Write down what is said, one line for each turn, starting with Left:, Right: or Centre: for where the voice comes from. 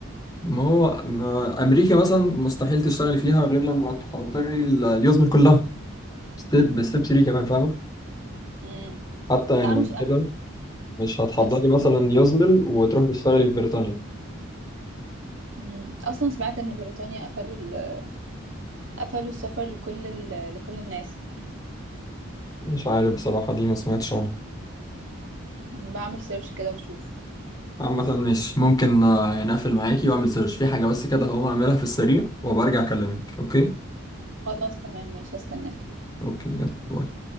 Left: ما هو ما امريكا مثلا مستحيل تشتغلي فيها غير لما تحضري ال- اليوزمل كلها ستيب بستيب 3 كمان فاهمه
Right: امم
Left: حتى يعني
Right: لا
Left: بعد
Right: مش
Left: كده
Right: أم...
Left: مش هتحضري
Right: بس في
Left: مثلا
Right: دول
Left: يوزمل وتروحي تشتغلي في بريطانيا
Right: مم. اصلا سمعت ان بريطانيا قفلوا ال... قفلوا السفر لكل ال... لكل الناس
Left: مش عارف بصراحه دي ما سمعتش عنها
Right: مم. بعمل سيرش كده وشوف
Left: عامة مش ممكن آه، يعني اقفل معاكي واعمل سيرش في حاجة بس كده هقوم اعملها في السريع وبرجع اكلمك اوكي
Right: خلاص تمام ماشي استناك
Left: اوكي يلا باي